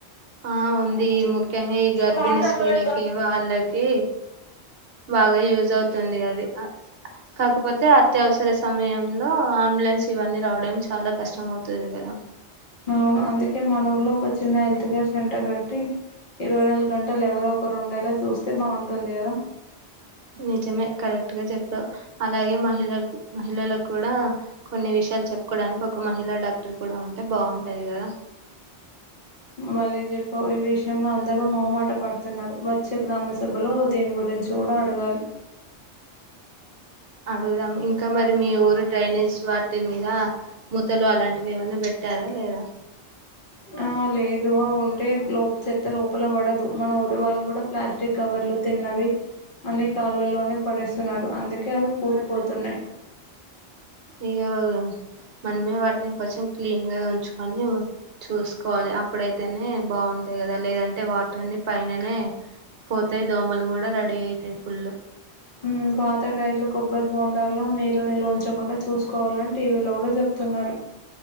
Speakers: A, on the right; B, on the left.
A: ఆ ఉంది ముఖ్యంగా ఈ గర్భిణీ
B: సౌండ్ తక్కువ
A: స్ట్రీలకి
B: పెట్టు
A: వాళ్ళకి బాగా యుజ్ అవు తుంది అది కాకపో తే అత్యవసర సమయం లో అంబులెన్స్ ఇవన్నీ రావడానికి చాలా కష్టం అవుతది కదా
B: అవును అందుకే మన ఊర్లో ఒక చిన్న హె త్ కేర్ సెంటర్ గట్టి ఇరవై నాలుగు గంటలు ఎవరో ఒకరు ఉండేలా చూస్తే బాగుంటుంది కదా
A: నిజమే కరెక్ట్ గా చెప్పావ్ అలాగే మహిళ మహిళలకు కూడా కొన్ని విషయాలు చెప్పుకోవడానికి ఒక మహిళ డాక్టర్ కూడా ఉంటే బాగుంటది కదా
B: బలే చెప్పావ్ లో అందరూ మోమాట పడుతున్నారు వచ్చే గ్రామ సభలో దీని గురించి కూడా అడగాలి
A: అడుగుదాం ఇంకా మరి మీ ఊరు డ్రైనేజ్ వాటి మీద ముతలు అలాంటివి ఏమన్నా పెట్టారా లేదా
B: ఆ లేదు అవి ఉంటే లోప చెత్త లోపల పడదు మన ఊరి వాళ్ళు కూడా ప్లాస్టిక్ కవర్లు తిన్నవి అన్ని కాలువలోనే పడేస్తున్నారు అందుకే అవి పూడిపోతున్నాయి
A: ఇక మనమే వాటిని కొంచెం క్లీన్ గా ఉంచుకొని చూసుకోవాలి అప్పుడైతేనే బాగుంటాయి కదా లేదంటే వాటర్ని పైననే పోతాయి దోమలు కూడా రెడీ అయితాయి ఫుల్
B: ఉ పాత టైర్లు కొబ్బరి బోండాల్లో నీళ్ళ నిల్ ఉంచకుండా చూసుకోవాలని టీవీలో కూడా చెప్తున్నారు